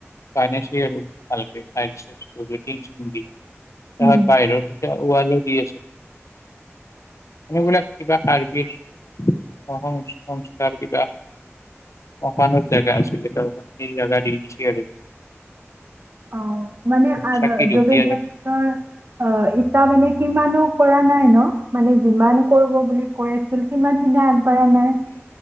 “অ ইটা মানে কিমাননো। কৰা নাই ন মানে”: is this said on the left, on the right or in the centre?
Right